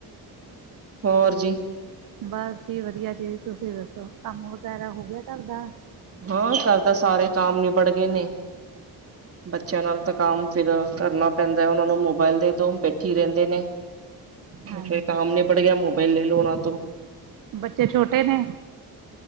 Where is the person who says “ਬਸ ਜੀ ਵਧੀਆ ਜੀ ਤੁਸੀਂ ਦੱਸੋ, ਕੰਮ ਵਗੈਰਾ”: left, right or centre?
Right